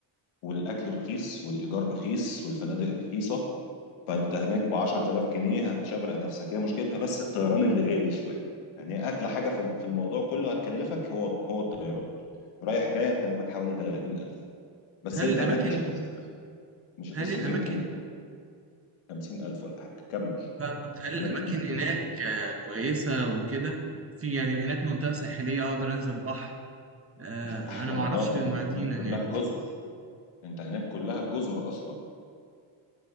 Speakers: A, on the left; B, on the right.
A: والاكل رخيص والايجار رخيص والفنادق رخيصه فانت هناك ب 10000 جنيه هتشبرق نفسك هي مشكلتها بس الطيران اللي غالي شويه يعني هي اغلى حاجه في في الموضوع كله هتكلفك هو هو الطيران رايح جاي هتكلفك حوالي 30000 بس
B: هل
A: انت
B: الأماكن
A: هناك مش هتصرف مش
B: هل
A: هتصرف
B: الأماكن
A: يمكن 50000 ولا حاجه كمل
B: فاهمك هل الأماكن
A: اماكن
B: هناك آه، كويسة وكده في يعني هناك منطقة ساحلية أقدر أنزل البحر آه،
A: مش احلى
B: أنا معرفش
A: مناطق
B: المدينة
A: انت هناك كلها
B: هناك
A: جزر انت هناك كلها جزر اصلا